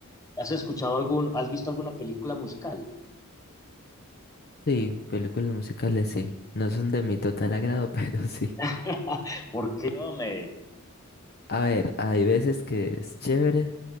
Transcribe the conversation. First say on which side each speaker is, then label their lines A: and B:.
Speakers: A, on the left; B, on the left.
A: ¿Has escuchado algún, has visto alguna película musical?
B: Sí, películas musicales sí. No son de mi total agrado, <laughs> pero sí.
A: <laughs> ¿Por qué, hombre?
B: A ver, hay veces que es chévere